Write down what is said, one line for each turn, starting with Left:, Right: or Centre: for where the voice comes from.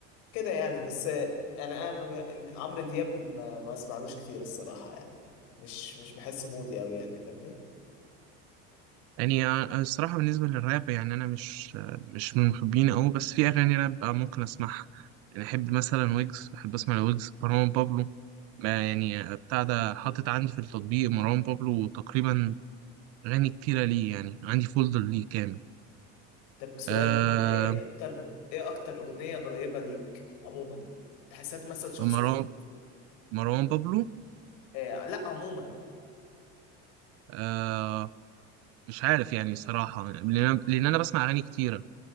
Left: كده يعني بس يعني انا ما- عمرو دياب ما, ما اسمعلوش كتير الصراحه يعني مش مش بحس مودي قوي يعني فاهمني
Right: يعني أنا الصراحة بالنسبة للراب يعني أنا مش آه، مش من محبينه أوي بس في أغاني راب آه، ممكن أسمعها يعني أحب مثلا ويجز بحب أسمع لويجز مروان بابلو ما يعني آه، بتاع ده حاطط عندي في التطبيق مروان بابلو تقريبا أغاني كتيرة ليه يعني عندي فولدر ليه كامل
Left: طب سؤال
Right: آه
Left: انت ايه اكتر ايه اكتر اغنيه قريبه ليك عموما تحسها تمثل شخصيتك
Right: مروان مروان بابلو
Left: إيه لا عموما
Right: آه مش عارف يعني صراحة لأن أنا لأن أنا بسمع أغاني كتيرة